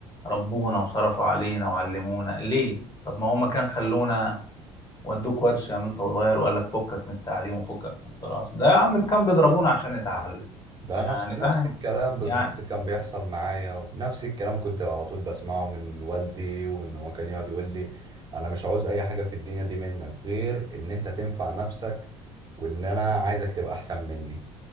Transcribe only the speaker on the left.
ربونا وصرفوا علينا وعلمونا ليه طب ما هم كان خلونا ودوك ورشة من انت وصغير وقال لك فكك من التعليم وفكك من الدراسة ده يا عم كان بيضربونا عشان نتعلم
يعني
فاهم
يعني